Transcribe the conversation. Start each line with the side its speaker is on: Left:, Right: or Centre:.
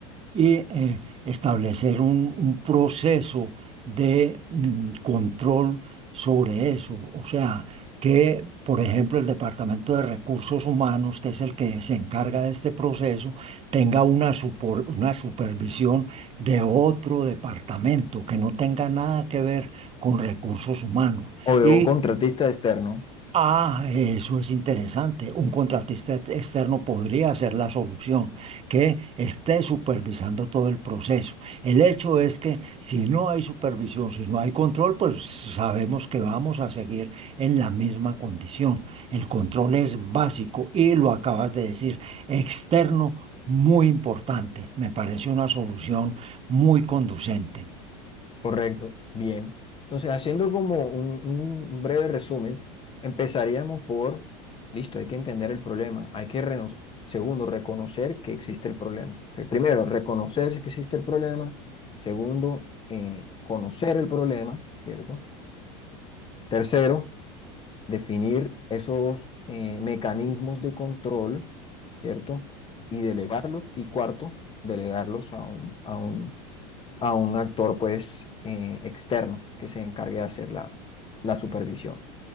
Right: y eh, establecer un, un proceso de mm, control sobre eso. O sea, que, por ejemplo, el Departamento de Recursos Humanos, que es el que se encarga de este proceso, tenga una, supor- una supervisión de otro departamento que no tenga nada que ver con recursos humanos.
Left: O de
Right: Y
Left: un contratista externo.
Right: Ah, eso es interesante. Un contratista ex- externo podría ser la solución, que esté supervisando todo el proceso. El hecho es que si no hay supervisión, si no hay control, pues sabemos que vamos a seguir en la misma condición. El control es básico y lo acabas de decir, externo muy importante. Me parece una solución muy conducente.
Left: Correcto, bien. Entonces, haciendo como un, un- un breve resumen, empezaríamos por, listo, hay que entender el problema, hay que, reno- segundo, reconocer que existe el problema. Entonces, primero, reconocer que existe el problema. Segundo, eh, conocer el problema, ¿cierto? Tercero, definir esos eh, mecanismos de control, ¿cierto? Y delegarlos. Y cuarto, delegarlos a un, a un, a un actor, pues, eh, externo que se encargue de hacer la, la supervisión.